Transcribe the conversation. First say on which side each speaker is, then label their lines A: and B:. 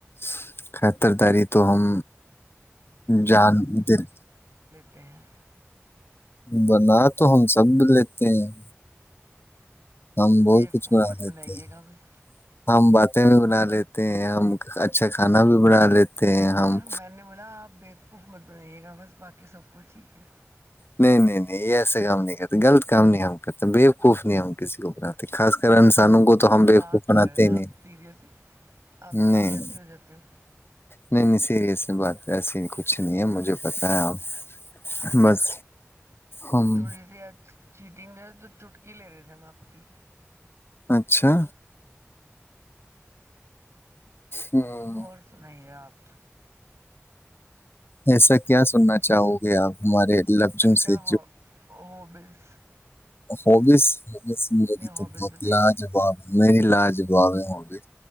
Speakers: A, on the left; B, on the right.
A: <inaudible> خطرداری تو ہم جان دیں
B: تے ہیں
A: بنا تو ہم سب لیتے ہیں ہم بہت
B: بےقف
A: کچھ بنا
B: مت
A: لیتے
B: بنائیے
A: ہیں
B: گا بس
A: ہم باتیں بھی بنا لیتے ہیں ہم اچھا کھانا بھی بنا لیتے ہیں
B: اچھا
A: ہم
B: میں نے بولا آپ بے حکومت بنائیے گا بس باقی سب کچھ ٹھیک ہے
A: نہیں نہیں نہیں یہ ایسا کام نہیں کرتا غلط کام نہیں ہم کرتا بےوقوف نہیں ہم کسی کو بناتے خاص کر پ انسانوں کو تو ہم
B: مذاق
A: بےقوف بناتے
B: کر رہے ہیں
A: نہیں
B: آپ سیریس آپ سیریس
A: نہیں نہیں
B: ہی ہو جاتے ہو
A: نہیں نہیں سیریس بات ایسی ہی کچھ نہیں ہے مجھے پتہ ہے آپ بس ہم
B: تھوڑی سی چیٹنگ ہے تو چٹکی لے رہے تھے ہم آپ کی
A: اچھا ہوں
B: اور سنائیے آپ
A: ایسا کیا سننا چاہو گے آپ ہمارے لفظوں
B: کیا کیا
A: سے
B: ہو ہوبیز
A: ہوبس ہوس میری
B: ہابیز
A: تو بہت
B: بتائیے
A: لاج باب میری لاج دا ہوں گے